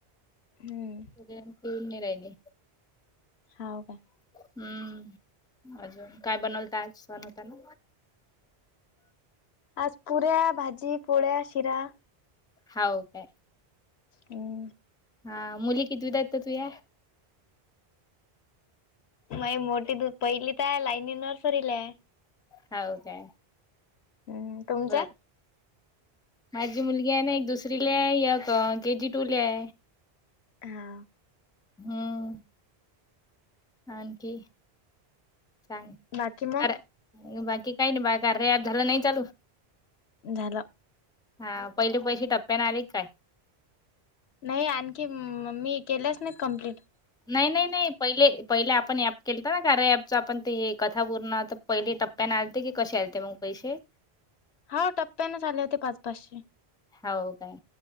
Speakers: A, on the left (about 80°); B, in the centre.
A: हम्म
B: येऊन नई राहिले.
A: हाव का.
B: हम्म अजून काय बनवलात आज? सण होताना.
A: आज पुऱ्या भाजी पोळ्या शिरा.
B: हाव काय.
A: हम्म.
B: हा मुली कितवीत आहे तुझ्या?
A: माई मोठी दु पहिलीत आहे. लायनी नर्सरीला आहे.
B: हाव काय.
A: हम्म तुमच्या?
B: बर माझी मुलगी आहे ना एक दुसरी ला ये एक के जी टू ला आहे.
A: हा.
B: हम्म आणखी. काय,
A: बाकी मग?
B: बाकी काही नाही बा कार्या ॲप झाला‌ नाही चालू.
A: झाला.
B: हा पहिले पैसे टप्प्यान आले की काय.
A: नाही आणखी मी केल्याच नाहीत कम्प्लीट.
B: नाही नाही नाही पहिले. पहिले आपण ऍप केलंत ना कार्या ऍपच. आपण ते कथा पूर्ण पहिले टप्प्यान आलते की कसे आलते मग पैसे.
A: हा टप्प्यानच आले होते पाच-पाचशे.
B: हाव काय